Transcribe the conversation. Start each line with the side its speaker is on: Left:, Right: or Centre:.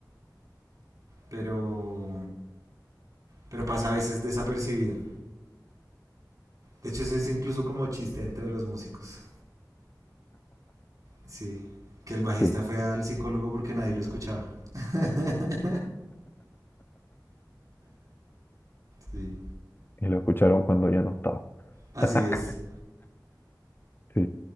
Right: pero, pero pasa a veces desapercibido. De hecho, eso es incluso como chiste entre los músicos. Sí, que el bajista
Left: Sí,
Right: fue al psicólogo porque nadie lo escuchaba. <laughs> sí,
Left: y lo escucharon cuando ya no estaba.
Right: así
Left: <laughs>
Right: es.
Left: Sí.